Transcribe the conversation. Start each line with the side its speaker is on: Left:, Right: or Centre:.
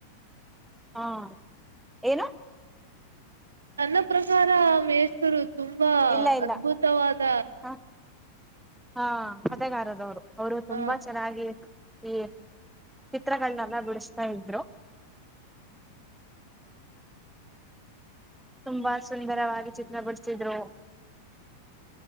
Centre: ಹಾ ಏನು.
Right: ನನ್ನ ಪ್ರಕಾರ ಆ ಮೇಸ್ತರು. ತುಂಬಾ
Centre: ಇಲ್ಲ ಇಲ್ಲ
Right: ಅದ್ಭುತವಾದ.
Centre: ಹಾ ಹಾ ಕತೆಗಾರದವ್ರು. ಅವ್ರು ತುಂಬಾ
Right: ಹ
Centre: ಚೆನ್ನಾಗಿ. ಈ ಚಿತ್ರಗಳನ್ನಲ್ಲೆ ಬಿಡುಸ್ತಾ ಇದ್ರು. ತುಂಬಾ ಸುಂದರವಾಗಿ ಚಿತ್ರ ಬಿಡ್ಸಿದ್ರು.